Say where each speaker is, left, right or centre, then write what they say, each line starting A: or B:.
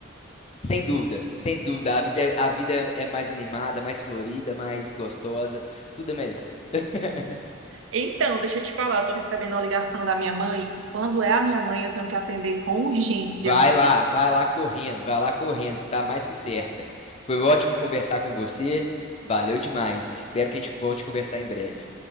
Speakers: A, on the left; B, on the right.
A: Sem dúvida, sem dúvida. A vida, é- a vida é é mais animada, mais florida, mais gostosa. Tudo é melhor. <laughs>
B: Então, deixa eu te falar, eu tô recebendo uma ligação da minha mãe e quando é a minha mãe eu tenho que atender com urgência.
A: Vai lá, vai lá correndo, vai lá correndo. Você tá mais que certa. Foi ótimo conversar com você. Valeu demais. Espero que a gente volte a conversar em breve.